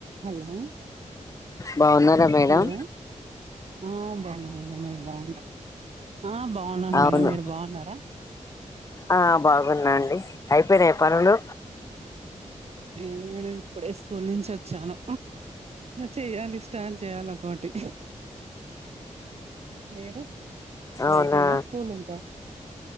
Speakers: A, on the right; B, on the left.
A: Hello
B: బాగున్నారా madam
A: hello ఆ బాగున్నా మేడం మీరు బాగున్నారా? ఆ బాగున్నాను
B: అవును
A: మేడం మీరు బాగున్నారా?
B: ఆ బాగున్నాండి అయిపోయినయి పనులు
A: ఏంది మేడం ఇప్పుడే స్కూల్ నుంచి వచ్చాను. చెయ్యాలి స్టార్ట్ చేయాల ఒక్కోటి మీరు మీది
B: అవునా
A: అయిపోయిందా స్కూల్ ఇంకా